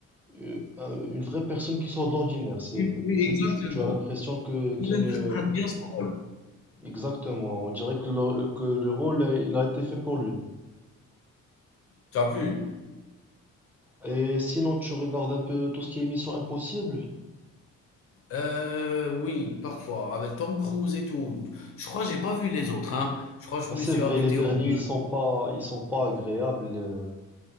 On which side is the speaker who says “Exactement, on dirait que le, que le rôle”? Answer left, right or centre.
Centre